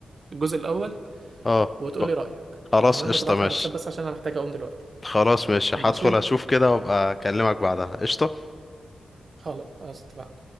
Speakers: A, on the right; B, on the left.
A: الجزء الاول
B: اه
A: وتقول لي رأيك
B: خلاص
A: تمام
B: قشطة
A: وتبعت
B: ماشي
A: لي على الواتساب بس عشان انا محتاج اقوم دلوقتي
B: خلاص ماشي
A: ماشي
B: هدخل اشوف كده وابقى اكلمك بعدها قشطة
A: خلاص خلاص اتفقنا